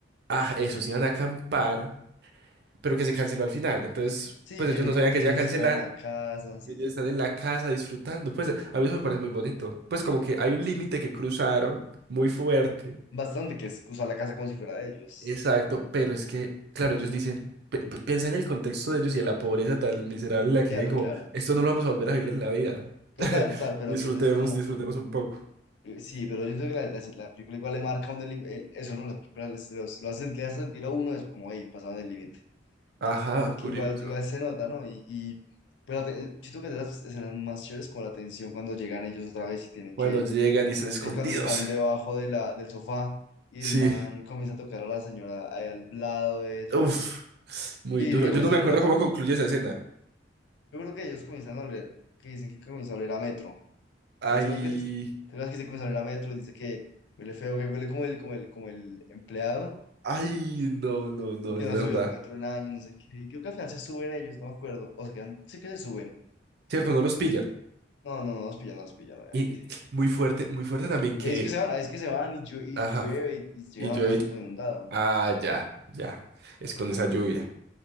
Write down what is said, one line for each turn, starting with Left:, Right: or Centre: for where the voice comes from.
Right: Ah, eso, se iban a acampar, pero que se canceló al final. Entonces,
Left: Sí,
Right: pues
Left: que,
Right: ellos no
Left: que,
Right: sabían
Left: que
Right: que se
Left: ellos
Right: iba a cancelar.
Left: están en la casa, sí,
Right: y Ellos
Left: sí,
Right: están
Left: sí.
Right: en la casa disfrutando. Pues a mí eso me parece muy bonito. Pues como que hay un límite que cruzaron muy fuerte.
Left: Bastante que es usar la casa como si fuera de ellos.
Right: Exacto, pero es que, claro, ellos dicen, pi- pi- piensa en el contexto de ellos y en la pobreza tan miserable en la que
Left: Claro,
Right: viven, como,
Left: claro.
Right: esto no lo vamos a volver a vivir en la vida.
Left: Total,
Right: <laughs>
Left: total, pero
Right: Disfrutemos,
Left: entonces uno,
Right: disfrutemos un poco.
Left: Eh, Sí, pero yo creo que la, la- la película igual le marca a uno el lim- el- eso, ¿no? Las películas se los- lo hacen, le hacen sentir a uno eso, como ahí, pasaban el límite.
Right: Ajá,
Left: Porque
Right: curioso.
Left: igual, igual se nota, ¿no? Y, y- pero la te- siento que es de las escenas más chéveres como la tensión cuando llegan ellos otra vez y tienen
Right: Cuando
Left: que,
Right: llegan y están escondidos.
Left: es cuando están debajo de la, del sofá y
Right: Sí,
Left: el man comienza a tocar a la señora ahí al lado de ellos.
Right: uff, muy
Left: Y que dice
Right: duro.
Left: que
Right: Yo
Left: comienza
Right: no me
Left: a oler
Right: acuerdo
Left: a,
Right: cómo concluye esa escena.
Left: yo creo que ellos comienzan a oler, que dicen que comienza a oler a metro.
Right: Ay,
Left: El tema es que, el tema es que se que a Metro, dice que huele feo, que huele como el, como el, como el empleado
Right: ay, no, no, no,
Left: y que
Right: es
Left: no
Right: verdad.
Left: subió a Metro un año, no sé qué. Y creo que al final se suben ellos, no me acuerdo. O se quedan, sé que se suben.
Right: Cierto, no los pillan.
Left: No, no, no los pillan, no los pillan. obviamente.
Right: Y muy fuerte, muy fuerte también que,
Left: Es que se van, es que se van y, llo- y
Right: ajá,
Left: llueve y, y llegan
Right: y
Left: a
Right: yo,
Left: la casa todo inundado.
Right: ah, ya, ya, es con esa lluvia.